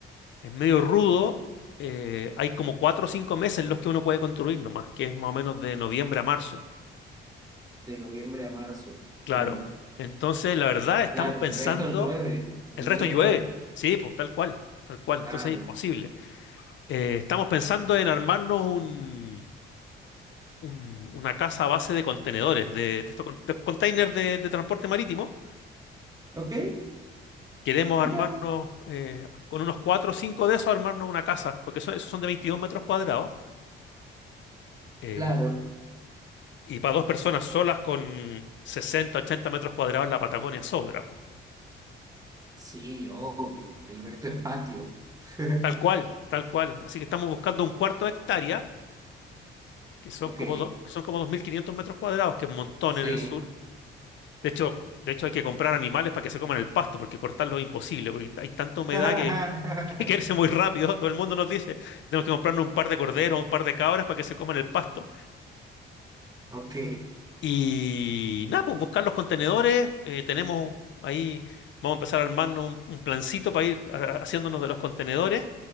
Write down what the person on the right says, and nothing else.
De noviembre a marzo.
Claro.
Claro,
el resto llueve, nieva.
Claro.
Ok,
mira.
Claro.
Sí, obvio. El resto es patio. <laughs>
Ok,
sí.
<laughs>
Ok.